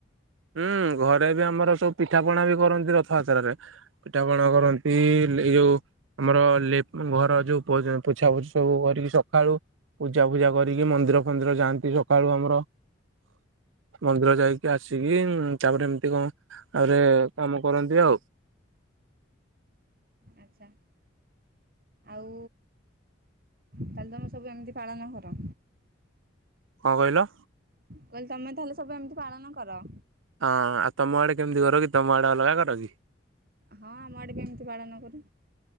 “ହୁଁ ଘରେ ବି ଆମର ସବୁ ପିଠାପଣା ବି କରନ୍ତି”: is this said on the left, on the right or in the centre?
Right